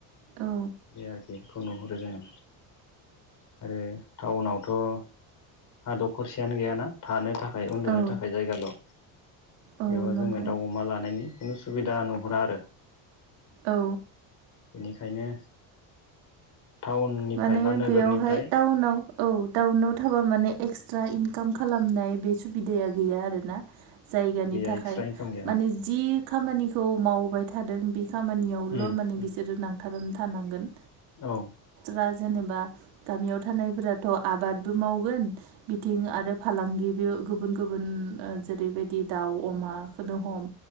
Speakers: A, on the right; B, on the left.
A: औ
B: बे आरो बेखौ नुहुरो जोङो आरो टाउनावथ'। हा दखरसेयानो गैयाना थानो थाखाय उन्दुनो
A: औ
B: थाखाय जायगाल'।
A: औ
B: बेयावा
A: नंगौ
B: जोङो दाउ अमा लानायनि खुनु सुबिदा नुहुरा आरो।
A: औ।
B: बेनिखायनो टाउननिफ्राय
A: माने
B: बा नोगोरनिफ्राय
A: बेयावहाय टाउनाव औ टाउनाव थाबा माने एक्सट्रा इनकाम खालामनाय बे सुबिदाया गैया आरोना। जायगानि
B: गैया
A: थाखाय
B: एक्सट्रा इनकाम गैया
A: माने जि खामानिखौ मावबाय थादों बि खामानियावल'
B: औ
A: माने बिसोरो नांथारनानै थानांगोन।
B: औ।
A: बा जेनेबा गामियाव थानायफोराथ' आबादबो मावगोन। बिथिं आरो फालांगिबो गुबुन गुबुन ओ जेरैबायदि दाउ अमाखौनो हम